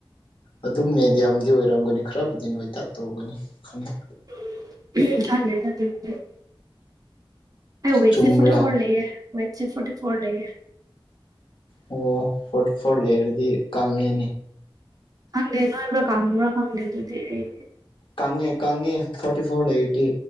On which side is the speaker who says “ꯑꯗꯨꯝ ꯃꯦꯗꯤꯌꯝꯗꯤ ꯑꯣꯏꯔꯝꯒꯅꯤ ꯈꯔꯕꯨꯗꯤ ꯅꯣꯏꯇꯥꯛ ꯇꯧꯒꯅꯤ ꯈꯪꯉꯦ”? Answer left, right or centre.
Left